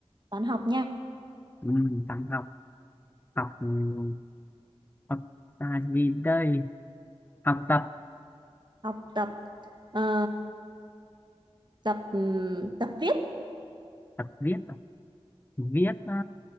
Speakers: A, on the right (about 45°); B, on the left (about 20°).
A: toán học nha.
B: Ừm, toán học học ừm, học à, gì đây học tập
A: Học tập. Ờ, tập ừ, tập viết
B: tập viết à? viết à,